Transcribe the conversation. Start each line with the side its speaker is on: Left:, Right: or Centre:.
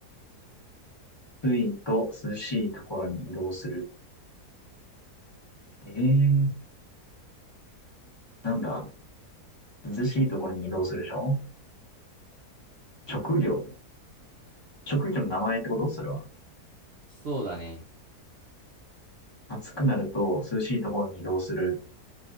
Left: 暑いと涼しいところに移動する。ええー、なんだ。涼しいところに移動するでしょ職業職業の名前ってことそれは。
Right: そうだね。
Left: 暑くなると涼しいところに移動する。